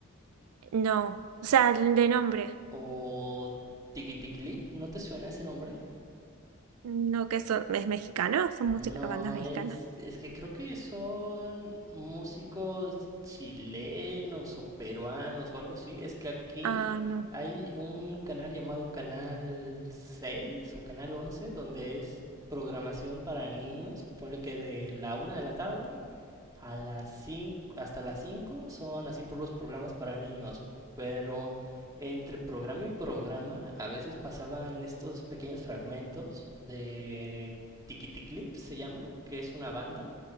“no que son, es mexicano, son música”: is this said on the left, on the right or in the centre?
Right